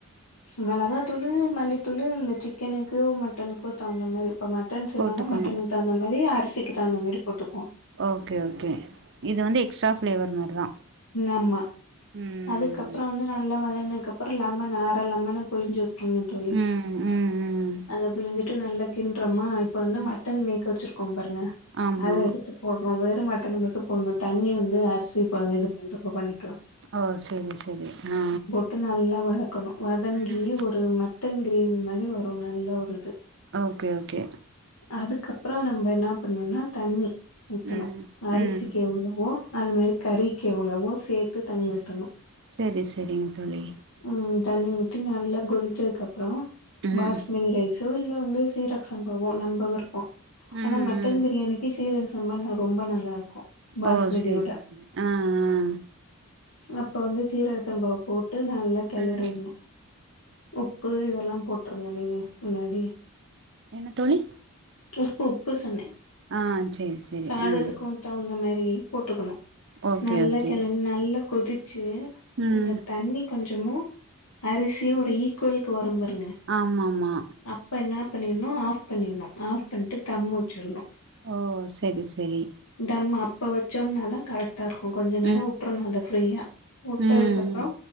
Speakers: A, on the left (about 70°); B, on the right (about 55°).
A: மொளகாதூளு மல்லித்தூளு இந்த சிக்கனுக்கு மட்டனுக்கோ தகுந்த மாரி இப்போ மட்டன் செய்றோனா
B: போட்டுக்கணு
A: மட்டனுக்கு தகுந்த மாரி அரிசிக்கு தகுந்த மாரி போட்டுப்போ
B: ஓகே ஓகே இது வந்து எக்ஸ்ட்ரா ஃப்ளேவர் மாரிதா
A: ஆமா
B: ம்
A: அதுக்கப்றோ வந்து நல்லா வதங்குனதுக்கு அப்றோ லெமன அர லெம்ன புழிஞ்சி உ ட்னோ தோழி
B: ம் ம் ம்
A: அத பிழிஞ்சிட்டு நல்லா கின்றோம்மா இப்ப வந்து
B: ம்
A: மட்டன் வே வெச்சுருக்கோம் பாருங்க
B: ஆமா
A: அத எடுத்து போட்றோ வெறு மட்டன மட்டு போட்ணு தண்ணி வந்து அரிசி இப்ப இது பண்றப்ப பண்ணிக்கலா
B: ஓ சேரி சேரி ஆ
A: ட்டு நல்லா வதக்கணு வதங்கி
B: ம்
A: ஒரு மட்டன் கிரேவி மாரி வரு நல்லா ஒரு இது
B: ஓகே ஓகே
A: அதுக்கப்றோ நம்ப என்ன பண்ணோனா தண்ணி ஊத்தணு
B: ம்
A: அரிசிக்கு
B: ம்
A: எவ்ளோவோ அது மாரி கறிக்கு எவ்ளோவோ சேத்து தண்ணி ஊத்தணு
B: சேரி சேரிங்க தோழி
A: ம் தண்ணி ஊத்தி நல்லா கொதிச்சதுக்கு அப்றோ
B: ம்
A: பாஸ்மதி ரைஸ் மதியோ இல்ல சீரக் சம்பாவே நம்ப விருப்போ ஆனா
B: ம்
A: மட் மட்டன்
B: ம்
A: பிரியாணிக்கு சீரக சம்பா ந ரொம்ப நல்லா இருக்கு பாஸ்மதியோட
B: ஓ சேரி சேரி ஆ ஆ
A: அப்ப வந்து சீரக சம்பாவ போட்டு நல்லா கெளறிட்ணு
B: ம்
A: உப்பு இதெல்லா போட்ருங்க நீங்க முன்னாடியே
B: என்ன தோழி
A: உப்பு உப்பு சொன்ன
B: ஆ செரி செரி
A: சாதத்துக்கு
B: ஆ
A: தகுந்த மாரி போட்டுக்கணு
B: ஓகே
A: நல்லா
B: ஓகே
A: கெளங் நல்லா கொதிச்சு
B: ம்
A: இந்த தண்ணி கொஞ்சமு அரிசியு ஒரு ஈக்குவலுக்கு வரும் பாருங்க
B: ஆமாமா
A: அப்ப என்னா பண்ணிர்ணு ஆஃப் பண்ணிர்ணு ஆஃப் பண்ட்டு தம்மு வச்சிர்ணு
B: ஓ செரி செரி
A: தம்ம அப்ப வச்சோம்னாதா கரெக்டா இருக்கு கொஞ்ச நேரோ
B: ம்
A: வுட்றனு அத ஃப்ரீயா வுட்டதுக்கு
B: ம்
A: அப்பறோ